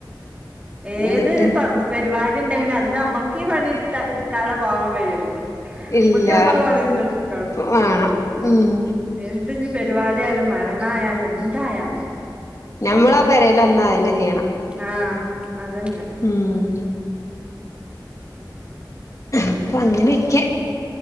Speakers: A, on the right (about 15°); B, on the left (about 45°).
A: ഏത്
B: എന്നിട്ട്
A: പ പരിപാടിണ്ടെങ്കിലു ന്നമ്മക്കീ പണിയെടുത്ത എടുക്കാതെ പോവാൻ വയ്യല്ലോ
B: ഇല്ല
A: മ്മക്ക് മ്മളെ പണിന്നെട് ക്കാം
B: വേണം ഉം
A: എന്ത്ന്ന് പരിപാടിയാലും മരണായാലും ന്തായാലും
B: ഞമ്മളെ പേരേലന്നാ അത് ന്നെ ചെയ്യണം
A: ആ അതന്നെ
B: ഉം അപ്പൊ അങ്ങനെയൊക്കെ